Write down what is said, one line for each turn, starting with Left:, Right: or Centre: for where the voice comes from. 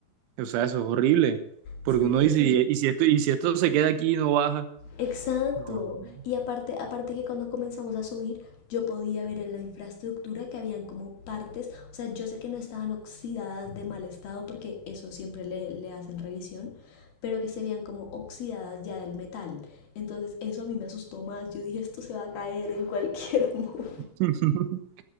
Right: O sea, eso es horrible. Porque
Left: Sí,
Right: uno dice, y, y si esto, y si esto se queda aquí y no baja,
Left: Exacto.
Right: no, no, no.
Left: Y aparte, aparte que cuando comenzamos a subir, yo podía ver en la infraestructura que habían como partes, o sea, yo sé que no estaban oxidadas de mal estado porque eso siempre le, le hacen revisión, pero que se veían como oxidadas ya del metal. Entonces eso a mí me asustó más. Yo dije, esto se va a caer en cualquier <laughs> momento.
Right: <laughs>